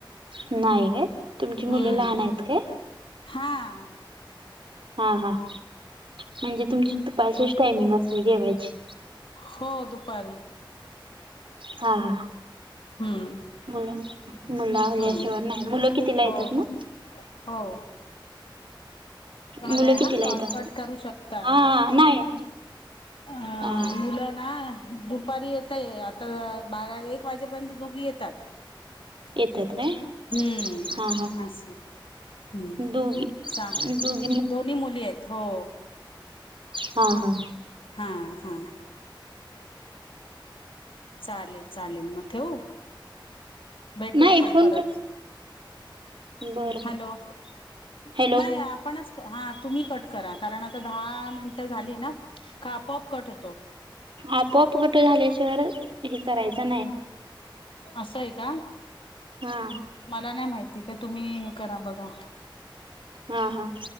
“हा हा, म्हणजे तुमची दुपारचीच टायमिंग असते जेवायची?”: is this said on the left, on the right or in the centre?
Right